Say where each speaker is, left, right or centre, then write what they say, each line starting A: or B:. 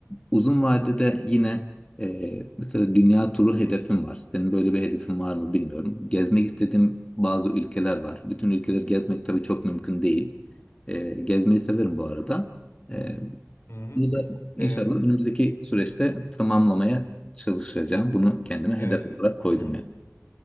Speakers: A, on the left; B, on the left.
A: uzun vadede yine e, mesela dünya turu hedefim var. Senin böyle bir hedefin var mı bilmiyorum. Gezmek istediğim bazı ülkeler var. Bütün ülkeleri gezmek tabii çok mümkün değil. E, gezmeyi severim bu arada. E,
B: Hı-hı.
A: bunu da inşallah
B: Ee,
A: önümüzdeki süreçte tamamlamaya çalışacağım. Bunu kendime
B: evet.
A: hedef olarak koydum
B: Hı.
A: yani.